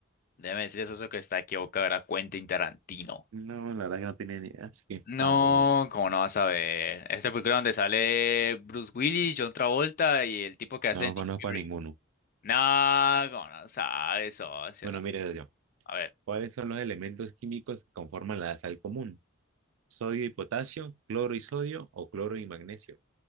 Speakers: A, on the left; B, on the right.
A: Déjeme decirle, socio, que está equivocado, era Quentin Tarantino.
B: No, la verdad que no tenía ni idea, así que estaba
A: No,
B: muy bien.
A: ¿cómo no vas a ver? Esta película donde sale Bruce Willis, John Travolta y el tipo que hace
B: No
A: Nick
B: conozco
A: Fury.
B: a ninguno.
A: No, ¿cómo no sabe, socio?
B: Bueno,
A: No.
B: mire, socio,
A: A ver,
B: ¿cuáles son los elementos químicos que conforman la sal común? ¿Sodio y potasio, cloro y sodio o cloro y magnesio?